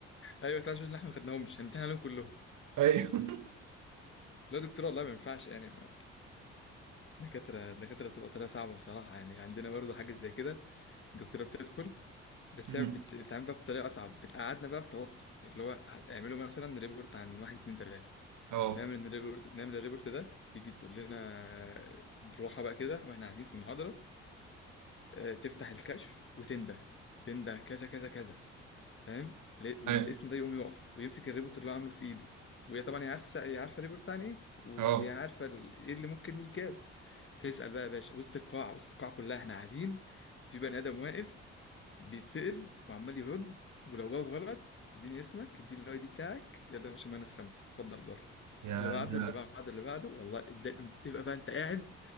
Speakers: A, on the left; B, on the right.
A: ايوه بس عشان احنا ما خدناهمش هنمتحن عليهم كلهم
B: <laughs> ايوه
A: لا يا دكتور والله ما ينفعش يعني ما- دكاتره دكاتره بتبقى طريقه صعبه بصراحه يعني عندنا برضه حاجه زي كده الدكتوره بتدخل بس
B: مم.
A: هي بت- بتتعامل بقى بطريقه اصعب بتقعدنا بقى في توتر اللي هو هتعملوا مثلا ريبورت عن واحد اتنين تلاته
B: اه
A: نعمل الريبورت نعمل الريبورت ده تيجي تقول لنا بروحه بقى كده واحنا قاعدين في المحاضره اه، تفتح الكشف وتنده تنده كذا كذا كذا فاهم لا- والاسم
B: ايوه
A: ده يقوم يقف ويمسك الريبورت اللي هو عامله في ايده وهي طبعا هي عارفه سا- هي عارفه الريبورت عن ايه و-
B: اه
A: وهي عارفه ال- ايه اللي ممكن يجاب تسال بقى يا باشا وسط القاعه وسط القاعه كلها احنا قاعدين وفي بني ادم واقف بيتسال وعمال يرد ولو جاوب غلط اديني اسمك اديني الاي دي بتاعك يلا يا باشا ماينس خمسه اتفضل بره
B: يا
A: اللي بعده
B: ده
A: اللي بعده اللي بعده والله الد- تبقى بقى انت قاعد